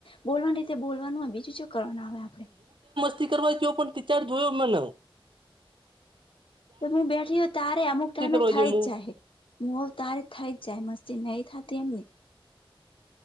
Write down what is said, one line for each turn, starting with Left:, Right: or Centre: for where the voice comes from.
Left: બોલવાની રીતે બોલવાનું હોય બીજું ચો કરવાનું આવે આપડે
Right: નથી કરવા જ્યો પણ તી ચાર જોયો મન
Left: તો હું બેઠી તારે અમુક ટાઈમે
Right: કરવા
Left: થઈ
Right: જો
Left: જ
Right: હું
Left: જાય મો તારી થઈ જ જાય મસ્તી નહી થતી એમ ની